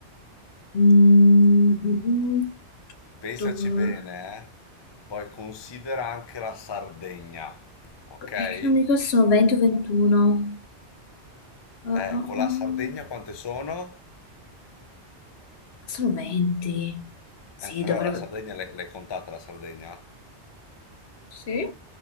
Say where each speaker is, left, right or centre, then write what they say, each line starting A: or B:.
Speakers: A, on the left; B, on the left.
A: Mm, mm, mm,
B: Pensaci
A: do-
B: bene, eh? Poi considera anche la Sardegna, ok?
A: È che non mi ricordo se sono 20 o 21. Ah, ah,
B: Eh, con
A: ah.
B: la Sardegna quante sono?
A: Sono 20. Sì,
B: Eh,
A: dovrebbe...
B: però la Sardegna l'hai l'hai contata la Sardegna?
A: Sì,